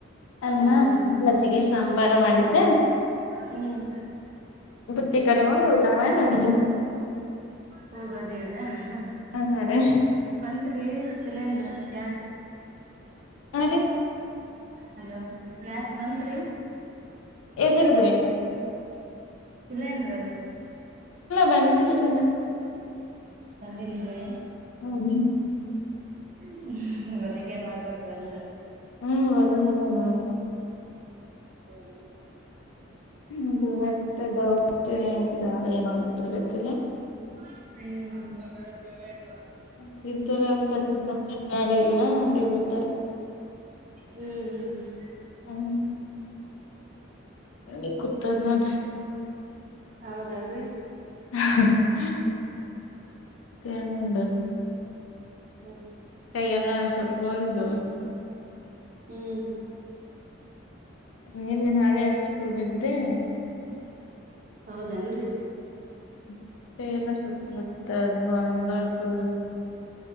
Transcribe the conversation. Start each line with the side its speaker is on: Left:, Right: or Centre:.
Left: ಅನ್ನ
Right: ಹಾ ರೀ
Left: ಮಜ್ಜಿಗೆ ಸಾಂಬಾರ್ ಹ ಮಾಡಿದ್ದ. <unintelligible>
Right: ಹ್ಮ್
Left: ಬುತ್ತಿ ಕಟ್ಟಗೊಂಡ ಊಟ ಮಾಡಿ ಹೋಗಿದ್ದು.
Right: ಹೋಗೋದೇ ಅದ. ಹ
Left: ಹಾ ರೀ
Right: ಬಂತ್ರಿ. Cylinder gas.
Left: ಹಾ ರೀ.
Right: ಹಲೋ ಗ್ಯಾಸ್ ಬಂತ್ರಿ.
Left: ಇದಿರದ್ರಿ.
Right: ಸಿಲೆಂಡ್ರ ರೀ.
Left: ಬಂದಿಲ್ಲರಿ ಇನ್ನ.
Right: ಬಂದಿಲ್ರಿ.
Left: ಹ್ಮ್
Right: ಹ್ಮ <unintelligible> ಮಾಡ್ಬೇಕ್ರ ಅಂದ್ರ.
Left: ಹ್ಮ್ ಅದನೆಲ್ಲಾ ಮಾಡ.
Right: ಹೌದ.
Left: ಹ್ಮ ಬರತ್ತೆ ಡೌಟ್. ಸಿಲೆಂಡರ್ ಏನಾಗತ್ತ. <unintelligible>
Right: ಹ.
Left: <unintelligible> ಎಲ್ಲ ಹಂಗೆ ಬಿಟ್ಟ.
Right: ಹ್ಮ್ ಹ್ಮ್. ಹಮ್ ಹ.
Left: <unintelligible> ನಂಗೆ ಕುತ. <unintelligible> ಮಾಡ್ರಿ.
Right: ಹೌದಲ್ರಿ.
Left: <unintelligible> ತಿಂದ ನೋಡ
Right: ಮತ್
Left: ಕೈ ಎಲ್ಲ ಸುತ್ಕೊಂಡು.
Right: ಹ್ಮ್.
Left: ನಿನ್ನೆ ಹಾಳಿ ಹಚ್ಚಕ ಹೋಗಿದ್ದೆ.
Right: ಹೌದೇನ್ರಿ.
Left: <unintelligible> ಸುತ್ ಮುತ್ <unintelligible> ಫುಲ್ಲು.